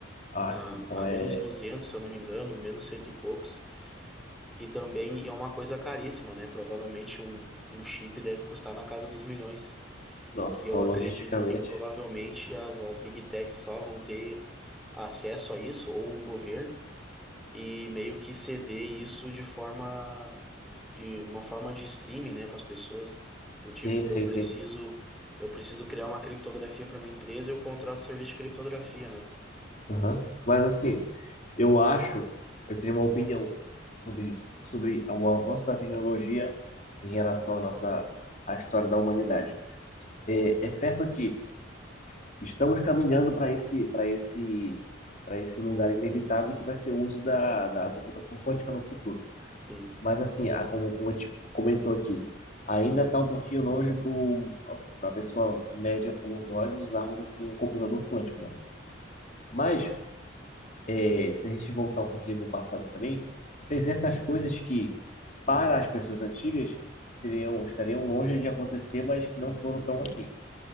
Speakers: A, on the left; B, in the centre.
A: ah,
B: A,
A: sim. Então
B: a
A: é
B: menos 200 se eu não me engano, menos cento e poucos. E também é uma coisa caríssima, né? Provavelmente um, um chip deve custar na casa dos milhões
A: Nossa,
B: que
A: então
B: eu acredito
A: logisticamente.
B: que provavelmente as, as Big Techs só vão ter acesso a isso, ou um governo, e meio que ceder isso de forma de uma forma de streaming, né, para as pessoas, do
A: Sim,
B: tipo,
A: sim,
B: eu preciso
A: sim.
B: eu preciso criar uma criptografia para minha empresa, eu contrato serviço de criptografia, né?
A: Aham. Mas assim, eu acho, eu tenho uma opinião sobre isso, sobre o avanço da tecnologia em relação à nossa, à história da humanidade. É, é certo que estamos caminhando para esse, para esse, para esse lugar inevitável que vai ser o uso da, da computação quântica no futuro.
B: Sim,
A: Mas assim, a, como, como a gente comentou aqui, ainda está um pouquinho longe para a pessoa média como nós usarmos assim um computador quântico, né? Mas, é, se a gente voltar um pouquinho no passado também, tem certas coisas que, para as pessoas antigas, seriam, estariam longe de acontecer, mas que não foram tão assim.